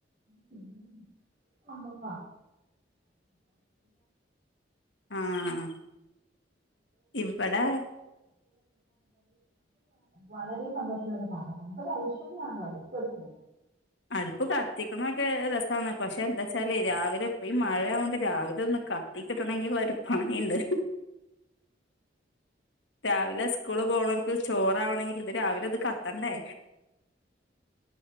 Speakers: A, on the right; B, on the left.
A: <unintelligible> <unintelligible> അത്
B: ആഹ് ഇവിടെ
A: വളരെ സന്തോഷള്ള ഒരു കാരണം നമ്മുക്കൊരു ഐശ്വര്യണല്ലോ അടുപ്പ് കത്തി
B: അടുപ്പ് കത്തിക്കണൊക്കെ രസാ ണ്. പക്ഷെ എന്താ വെച്ചാല് രാവിലെ ഇപ്പ ഈ മഴയാവോണ്ട് രാവിലെ കത്തി കിട്ടണങ്കിൽ ഒരു പണിണ്ട്. രാവിലെ സ്കൂള് പോണോൽക്ക് ചോറാവണങ്കില് ഇത് രാവിലെ ഇത് കത്തണ്ടേ